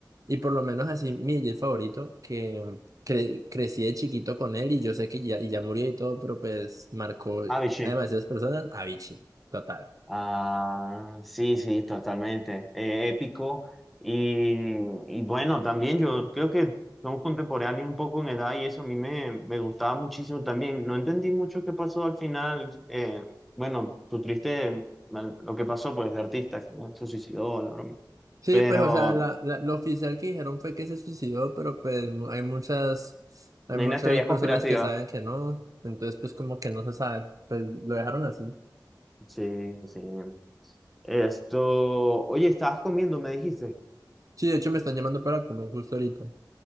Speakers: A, on the right (about 50°); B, in the centre.
A: y por lo menos así mi DJ favorito, que mm, cre- crecí de chiquito con él y yo sé que ya, y ya murió y todo, pero pues marcó a
B: Ah, sí.
A: demasiadas personas, Avicii, total.
B: Ah, sí, sí, totalmente. Eh, épico. Y, y bueno, también yo creo que somos contemporáneos un poco en edad y eso a mí me, me gustaba muchísimo también. No entendí mucho qué pasó al final. eh, bueno, su triste, bueno, lo que pasó pues de artista, que, bueno, se suicidó, la broma.
A: Sí,
B: Pero
A: pues o sea, la, la- lo oficial que dijeron fue que se suicidó, pero pues mu- hay muchas, hay
B: hay
A: muchas
B: unas teorías
A: personas
B: conspirativas.
A: que saben que no, entonces pues como que no se sabe, pues lo dejaron así.
B: Sí, sí. Esto, oye, estabas comiendo, me dijiste.
A: Sí, de hecho me están llamando para comer justo ahorita.